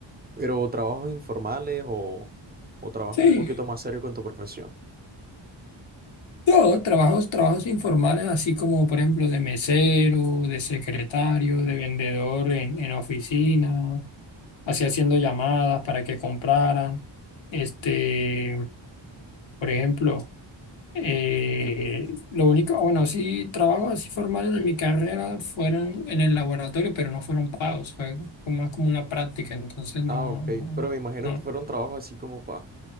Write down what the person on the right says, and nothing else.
Pero trabajos informales o, o trabajos
un poquito más serios con tu profesión.
Ah, ok.
Pero me imagino
que fueron trabajos así como para